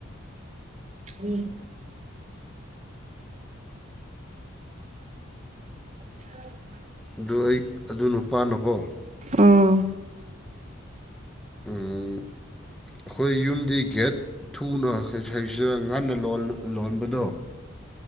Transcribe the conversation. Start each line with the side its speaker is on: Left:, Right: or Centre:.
Right: ꯎꯝ ꯑ <inaudible>
Centre: ꯑꯗꯨ ꯑꯩ ꯑꯗꯨ ꯅꯨꯄꯥꯅꯀꯣ
Right: ꯑꯥ
Centre: ꯑꯩꯈꯣꯏ ꯌꯨꯝꯗꯤ ꯒꯦꯠ ꯊꯨꯅꯩꯁꯤꯗ ꯉꯟꯅ ꯂꯣ ꯂꯣꯟꯕꯗꯣ